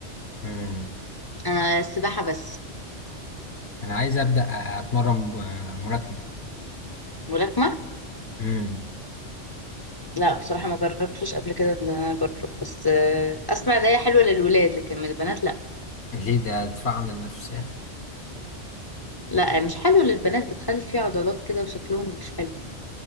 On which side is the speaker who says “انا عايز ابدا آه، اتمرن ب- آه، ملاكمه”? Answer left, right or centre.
Left